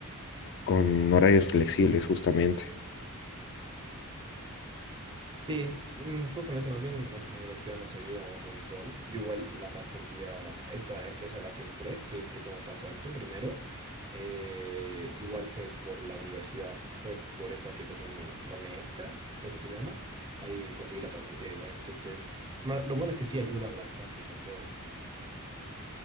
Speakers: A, on the left (about 55°); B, on the right (about 20°).
A: con horarios flexibles, justamente.
B: Sí, mm, justamente más bien nuestra universidad nos ayuda un montón. Yo igual la pasantía, esta empresa a la que entré, que entré como pasante primero, eh, igual fue por la universidad, fue por esa aplicación Conecta, creo que se llama. Ahí conseguí la pasantía igual. Entonces, ma- lo bueno es que sí ayudan bastante con todo.